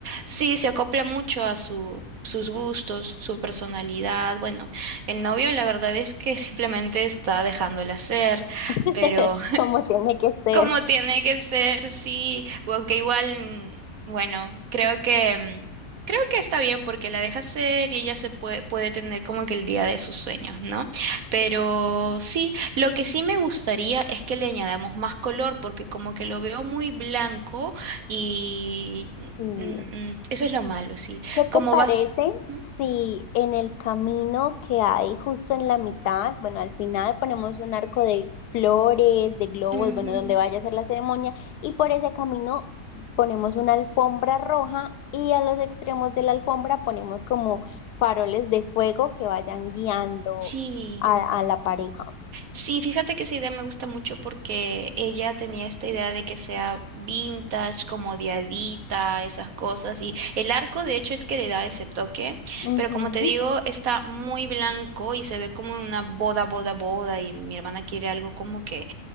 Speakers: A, on the right; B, on the left.
A: sí, se acopla mucho a su, sus gustos, su personalidad. Bueno, el novio la verdad es que <laughs> simplemente está dejándola ser,
B: <laughs>
A: pero
B: Como tiene que ser.
A: como tiene que ser, sí, O aunque igual, mm, bueno, creo que mm, creo que está bien porque la deja ser y ella se puede, puede tener como que el día de sus sueños, ¿no? Pero sí, lo que sí me gustaría es que le añadamos más color porque como que lo veo muy blanco y
B: Sí.
A: mm, mm, eso es lo malo, sí.
B: ¿Qué te
A: Como
B: parece
A: vas... Ujú,
B: si en el camino que hay justo en la mitad, bueno, al final ponemos un arco de flores, de globos,
A: ujú,
B: bueno, donde vaya a ser la ceremonia, y por ese camino ponemos una alfombra roja y a los extremos de la alfombra ponemos como faroles de fuego que vayan guiando
A: Sí.
B: a, a la pareja?
A: Sí, fíjate que esa idea me gusta mucho porque ella tenía esta idea de que sea vintage, como diadita, esas cosas. Y el arco, de hecho, es que le da ese toque.
B: Ujú,
A: Pero como te digo, está muy blanco y se ve como una boda, boda, boda. Y mi hermana quiere algo como que